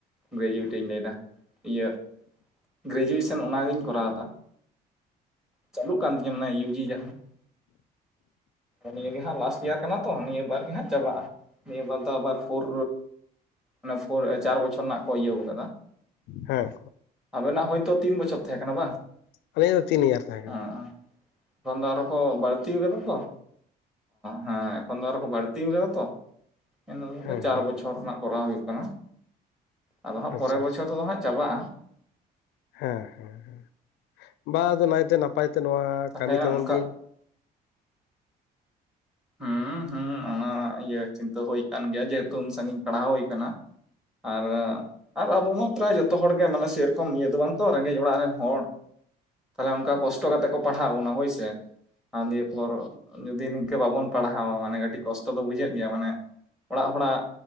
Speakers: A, in the centre; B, on the left (about 85°).
A: ᱜᱨᱮᱡᱩᱭᱮᱴ ᱤᱧ ᱞᱟᱭ ᱫᱟ ᱤᱭᱟᱹ ᱜᱨᱮᱡᱩᱭᱮᱥᱮᱱ ᱚᱱᱟᱜᱤᱧ ᱠᱚᱨᱟᱣᱫᱟ ᱪᱟᱹᱞᱩᱜ ᱠᱟᱱ ᱛᱤᱧᱟᱹ ᱚᱱᱟ ᱤᱭᱩᱡᱤ ᱡᱟᱦᱟᱸ ᱱᱤᱭᱟᱹ ᱜᱮ ᱦᱟᱸᱜ ᱞᱟᱥᱴ ᱤᱭᱟᱨ ᱠᱟᱱᱟ ᱛᱚ ᱱᱤᱭᱟᱹ ᱵᱟᱨ ᱜᱮ ᱦᱟᱸᱜ ᱪᱟᱵᱟᱜᱼᱟ᱾ ᱱᱤᱭᱟᱹ ᱵᱟᱨ ᱫᱚ ᱟᱵᱟᱨ ᱯᱷᱳᱨ ᱚᱱᱟ ᱯᱷᱳᱨ ᱪᱟᱨ ᱵᱚᱪᱷᱚᱨ ᱨᱮᱱᱟᱜ ᱠᱚ ᱤᱭᱟᱹᱣ ᱠᱟᱫᱟ᱾
B: ᱦᱮᱸ
A: ᱟᱵᱮᱱᱟᱜ ᱦᱳᱭᱛᱚ ᱛᱤᱱ ᱵᱚᱪᱷᱚᱨ ᱛᱮᱦᱮᱸ ᱠᱟᱱᱟ ᱵᱟᱝ?
B: ᱟᱞᱤᱧ ᱫᱚ ᱛᱤᱱ ᱤᱭᱟᱨ ᱛᱟᱦᱮ ᱠᱟᱱᱟ
A: ᱦᱮᱸ ᱮᱠᱷᱚᱱ ᱫᱚ ᱟᱨᱚ ᱠᱚ ᱵᱟᱹᱲᱛᱤ ᱟᱠᱟᱫᱟ ᱛᱚ ᱦᱮᱸ ᱮᱠᱷᱚᱱ ᱫᱚ ᱟᱨᱚᱠᱚ ᱵᱟᱹᱲᱛᱤ ᱟᱠᱟᱫᱟ ᱛᱚ ᱤᱱᱟ
B: ᱦᱮᱸ
A: ᱫᱚ ᱪᱟᱨ
B: ᱦᱮᱸ
A: ᱵᱚᱪᱷᱚᱨ ᱨᱮᱱᱟᱜ ᱠᱚᱨᱟᱣ ᱦᱩᱭᱩᱜ ᱠᱟᱱᱟ ᱟᱫᱚ ᱦᱟᱸᱜ
B: ᱟᱪᱪᱷᱟ
A: ᱯᱚᱨᱮᱨᱮ ᱵᱚᱪᱷᱚᱨ
B: ᱟᱪᱪᱷᱟ
A: ᱛᱮᱫᱚ ᱦᱟᱸᱜ ᱪᱟᱵᱟᱜ-ᱟ
B: ᱦᱮᱸ ᱦᱮ ᱦᱮᱸ ᱵᱟ ᱟᱫᱚ ᱱᱟᱭᱛᱮ ᱱᱟᱯᱟᱭ ᱛᱮ ᱱᱚᱣᱟ
A: ᱛᱟᱦᱚᱞᱮ
B: ᱠᱟᱹᱢᱤ ᱛᱟᱵᱚᱱ
A: ᱚᱱᱠᱟ
B: ᱵᱤᱱ
A: ᱦᱩᱸ ᱦᱩᱸ ᱚᱱᱟ ᱤᱭᱟᱹ ᱪᱤᱱᱛᱟᱹ ᱦᱩᱭ ᱟᱠᱟᱱ ᱜᱮᱭᱟ ᱡᱮᱦᱮᱛᱩ ᱩᱱ ᱥᱟᱺᱜᱤᱧ ᱯᱟᱲᱦᱟᱣ ᱦᱩᱭ ᱟᱠᱟᱱᱟ ᱟᱨ ᱟᱨ ᱟᱵᱚ ᱢᱟ ᱯᱨᱟᱭ ᱡᱚᱛᱚ ᱦᱚᱲᱜᱮ ᱢᱟᱱᱮ ᱥᱮᱨᱚᱠᱚᱢ ᱤᱭᱟᱹ ᱫᱚ ᱵᱟᱝ ᱛᱚ ᱨᱮᱸᱜᱮᱡ ᱚᱲᱟᱜ ᱨᱮᱱ ᱦᱚᱲ ᱛᱟᱦᱚᱞᱮ ᱚᱱᱠᱟ ᱠᱚᱥᱴᱚ ᱠᱟᱛᱮᱜ ᱠᱚ ᱯᱟᱲᱦᱟᱜ ᱵᱚᱱᱟ ᱦᱳᱭᱥᱮ ᱟᱨ ᱫᱤᱭᱮ ᱯᱚᱨ ᱡᱩᱫᱤ ᱱᱤᱝ ᱮ ᱵᱟᱵᱚᱱ ᱯᱟᱲᱦᱟᱣᱟ ᱢᱟᱱᱮ ᱠᱟᱹᱴᱤᱡ ᱠᱚᱴᱚ ᱫᱚ ᱵᱩᱡᱷᱟᱹᱜ ᱜᱮᱭᱟ ᱢᱟᱱᱮ ᱚᱲᱟᱜ ᱦᱚᱲᱟᱜ